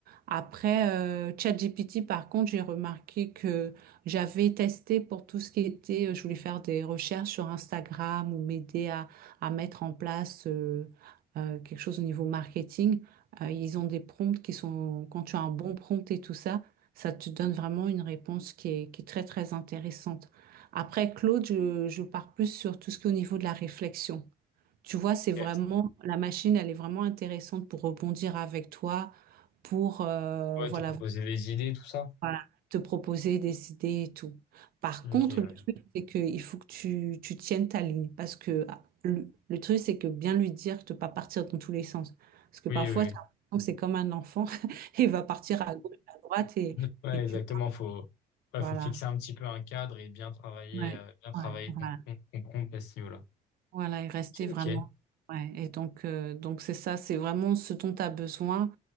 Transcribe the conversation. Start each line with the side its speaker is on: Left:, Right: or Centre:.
Right: Après, euh, ChatGPT, par contre, j'ai remarqué que j'avais testé pour tout ce qui était, euh, je voulais faire des recherches sur Instagram ou m'aider à, à mettre en place euh, euh, quelque chose au niveau marketing. Euh, ils ont des prompts qui sont, quand tu as un bon prompt et tout ça, ça te donne vraiment une réponse qui est, qui est très, très intéressante. Après, Claude, je, je pars plus sur tout ce qui est au niveau de la réflexion. Tu vois, c'est
Left: Ok.
Right: vraiment, la machine, elle est vraiment intéressante pour rebondir avec toi, pour euh,
Left: Ouais,
Right: voilà,
Left: te proposer des idées, tout ça.
Right: voilà, te proposer des idées et tout. Par
Left: Ok,
Right: contre,
Left: ouais.
Right: le truc, c'est qu'il faut que tu, tu tiennes ta ligne. Parce que ah, le, le truc, c'est que bien lui dire de ne pas partir dans tous les sens. Parce que
Left: Oui,
Right: parfois,
Left: oui,
Right: t'as
Left: oui.
Right: l'impression que c'est comme un enfant, <laughs> il va partir à gauche, à droite, et,
Left: <laughs> Ouais,
Right: et
Left: exactement.
Right: tu...
Left: Faut, ouais,
Right: Voilà.
Left: faut fixer un petit peu un cadre et bien travailler,
Right: Ouais,
Left: euh, bien travailler
Right: ouais, voilà.
Left: ton, ton, ton prompt à ce niveau-là.
Right: Voilà, et rester
Left: Ok,
Right: vraiment.
Left: ok.
Right: Ouais. Et donc, euh, donc c'est ça, c'est vraiment ce dont tu as besoin.